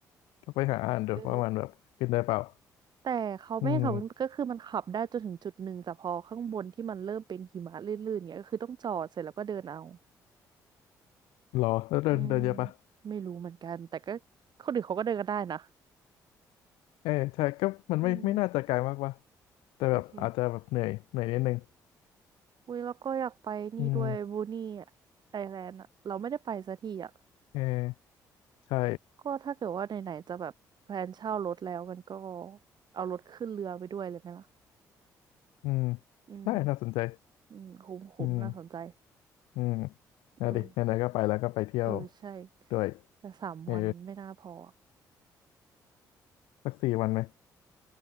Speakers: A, on the left; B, on the right.
A: ต้องไปหาอ่านดูว่ามันแบบขึ้นได้เปล่า
B: เออแต่เขาไม่ให้ขับขึ้นก็คือมันขับได้จนถึงจุดหนึ่งแต่พอข้างบนที่มันเริ่มเป็นหิมะลื่นๆเงี้ยก็คือต้องจอดเสร็จแล้วก็เดินเอา
A: อืมรอแล้วเดินเดินเยอะปะ
B: อืมไม่รู้เหมือนกันแต่ก็คนอื่นเขาก็เดินกันได้นะ
A: เออใช่ก็มันไม่ไม่น่าจะไกลมากปะ
B: อืม
A: แต่แบบอาจจะแบบเหนื่อยเหนื่อยนิดนึง
B: โอเคอุ้ยแล้วก็อยากไปนี่ด้วยบูนี่
A: อืม
B: ไอแลนด์อะเราไม่ได้ไปสักทีอะ
A: เออใช่
B: ก็ถ้าเกิดว่าไหนๆจะแบบแพลนเช่ารถแล้วกันก็เอารถขึ้นเรือไปด้วยเลยไหมล่ะ
A: อืม
B: อืม
A: ได้น่าสนใจ
B: อืมคุ้มคุ้มน่าสนใจ
A: อืมอืมเอาดิไหนๆก็ไปแล้วก็ไปเที่ยว
B: เออเออใช่
A: ด้วย
B: แต่สามวันไม่น่าพออะ
A: เออสักสี่วันไหม